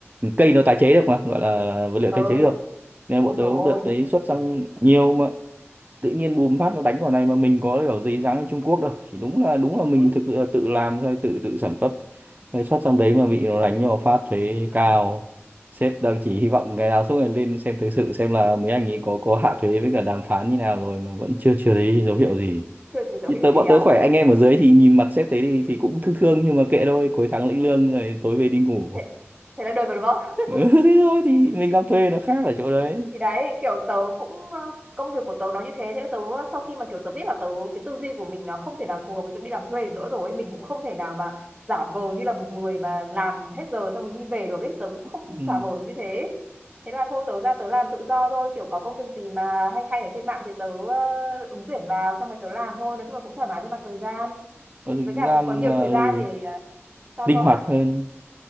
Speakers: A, on the right; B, on the right.
A: cây nó tái chế được mà gọi là vật liệu
B: ừ
A: tái chế được nên
B: ui
A: bọn tớ
B: dồi
A: đợt
B: ôi
A: đấy
B: <laughs>
A: xuất sang nhiều mà tự nhiên bùm phát nó đánh vào này mà mình có kiểu giấy dán ở Trung Quốc đâu chỉ đúng là đúng là mình
B: Ừ,
A: thực là tự làm thôi tự tự sản xuất rồi xuất sang đấy mà bị nó đánh vào phát thuế cao sếp đang chỉ hy vọng ngày nào suốt ngày lên xem thời sự xem là mấy anh ấy có có hạ thuế với cả đàm phán như nào rồi mà vẫn chưa chưa thấy dấu hiệu gì
B: chưa thấy dấu
A: như
B: hiệu
A: tớ bọn
B: gì à
A: tớ khỏe anh em ở dưới thì nhìn mặt sếp thế thì, thì cũng thương thương nhưng mà kệ thôi cuối tháng lĩnh lương rồi tối về đi ngủ
B: thế, thế là được rồi đúng không
A: ừ, <laughs> thế thôi thì mình làm thuê nó khác ở chỗ đấy
B: thì đấy kiểu tớ cũng ờ, công việc của tớ nó như thế thế là tớ sau khi mà kiểu tớ biết là tớ cái tư duy của mình nó không thể nào phù hợp với việc đi làm thuê được nữa rồi mình cũng không thể nào mà giả vờ như là một người mà làm hết giờ xong rồi đi về được ấy tớ cũng không
A: ừ.
B: giả vờ được như thế thế là thôi tớ ra tớ làm tự do thôi kiểu có công việc gì mà hay hay ở trên mạng thì tớ ờ, ứng tuyển vào xong rồi tớ làm thôi nói chung là cũng thoải mái với mặt thời gian
A: Ở thực
B: với cả
A: ra
B: cũng
A: mà
B: có nhiều thời
A: ừ,
B: gian để à, sao
A: linh
B: cơ
A: hoạt hơn